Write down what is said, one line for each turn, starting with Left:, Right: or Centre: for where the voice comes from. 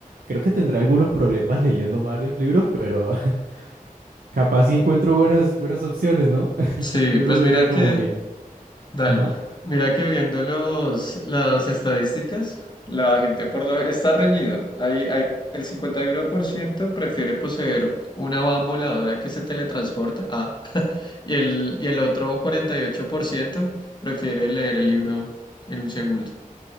Right: Creo que tendré algunos problemas leyendo varios libros, pero <laughs> capaz sí encuentro buenas, buenas opciones, ¿no? <laughs>
Left: sí,
Right: Eso
Left: pues mira
Right: sería como
Left: que,
Right: mi...
Left: dale,
Right: Ajá.
Left: mira que viendo los, las estadísticas, la gente por lo está reñido. Hay, hay el 51% prefiere poseer una van voladora que se teletransporta, ah, y el, y el otro 48% prefiere leer el libro en un segundo.